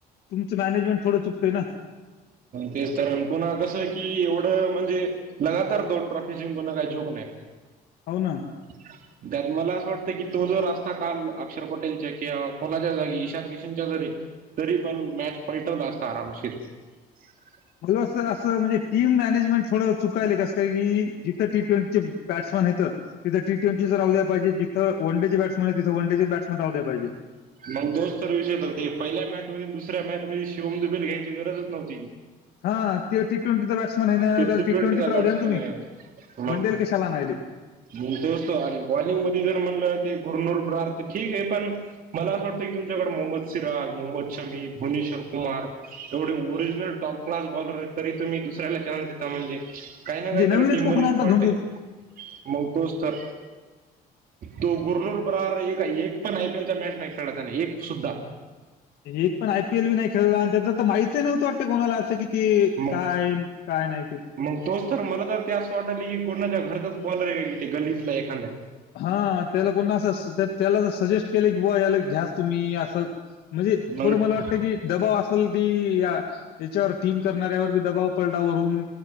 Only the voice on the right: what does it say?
तेच तर. अन पुन्हा कसं की, एवढं म्हणजे लगातार दोन ट्रॉफी जिंकवणं, काय जोक नाही.
<inaudible> त्यात मला असं वाटतं की, तो जर असता काल. अक्षर पटेलच्या किंवा कोणाच्या जागी. ईशान किशनच्या जरी तरी पण, मॅच पलटवला असता आरामशीर. <inaudible>
मग तोच तर विषय होत र ती. पहिल्या मॅच मधी न दुसऱ्या मॅच मध्ये, शिवम दुबेल घ्यायची गरजच नव्हती.
फिफ्टी
ट्वेंटीचा
बॅट्समन
आहे
मग तोच तो आणि बॉलिंग मध्ये जर म्हणलं, ती घुरनुर ब्रार तर, ठीकय. पण मला असं वाटतंय की, तुमच्याकडे मोहम्मद सिराज, मोहम्मद शमी, भुवनेश्वर कुमार एवढे ओरिजिनल टॉप क्लास बॉलरयत. तरी तुम्ही, दुसऱ्याला चान्स देता. म्हणजे, काही
ना काय
तरी, टीम
मध्येच
काही तरी फॉल्टय.
मग तोच तर. तो गुरुर बरार एक एक पण आयपीएल चा मॅच नाही खेळला त्याने एक सुद्धा.
मग
मग तोच तर मला तर ते असं वाटलय की कोणाच्या घरचाच बॉलर आहे का कि ते गल्लीतला एखाद्या.
मग